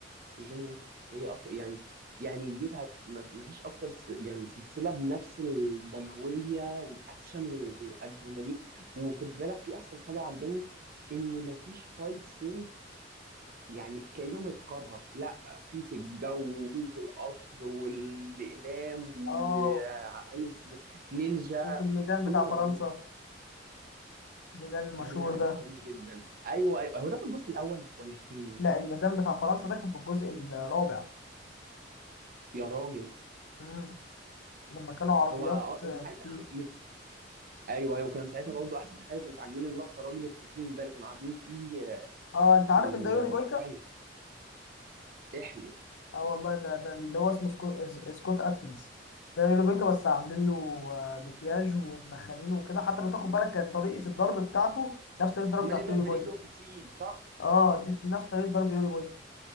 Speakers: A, on the right; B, on the left.
A: جون ويك هي أك... يعني يعني جيت هت... ما ما فيش أكتر س... يعني سلسلة بنفس الدموية والأكشن والأدرينالين وخد بالك في أحسن حاجة عجباني إن ما فيش فايت سين يعني كأنه متكرر لا في في الجو وفي في القطر والإقلام وعايز
B: آه
A: نينجا
B: وفي الميدان بتاع
A: كله موجود
B: فرنسا الميدان المشهور
A: كان عجباني
B: ده
A: جدا ايوه ايوه هو ده في الجزء الاول ولا التاني
B: لا الميدان بتاع فرنسا ده كان في الجزء الرابع
A: يا راجل
B: مم. لما كانوا عربيات
A: هو آه،
B: آه،
A: من ساعتها
B: كتير
A: مز... ايوه ايوه كان ساعتها برضه احسن حاجه كانت عاجباني اللقطه الراجل التخين ده اللي كانوا قاعدين فيه آه،
B: آه أنت عارف
A: في البنك
B: إن ده يوري بويكا
A: احلف
B: اه والله ده ده اللي هو اسمه سكو... اس- سكوت اتكنز ده يوريبيكا بس عاملين له آه، مكياج ومدخلينه وكده حتى لو تاخد بالك كانت طريقه الضرب بتاعته نفس طريقه الضرب
A: عمال
B: بتاعت
A: يضرب
B: يوريبيكا
A: برجله كتير صح؟
B: اه دي نفس طريقه ضرب يوريبيكا